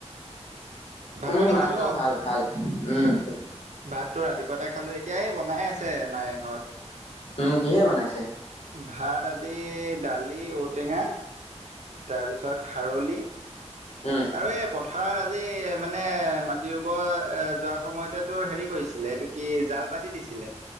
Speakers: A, on the right; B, on the left.
A: ভাত
B: উম
A: পানী
B: মাহঁতৰ
A: খালো অ'।
B: ভাল ভাল উম
A: ভাতো ৰাতিপুৱাতে খালো, এতিয়াই বনাই আছে মায়ে ঘৰত।
B: উম কিহে বনাইছে?
A: ভাত আজি দালি, ঔটেঙা, তাৰপিছত খাৰলি
B: অ'।
A: আৰু এই পথাৰত আজি মানে মাটি ৰুবৰ যোৱাৰ সময়তেতোৰ হেৰি কৰিছিলে এইটো কি জাল পাতি দিছিলে।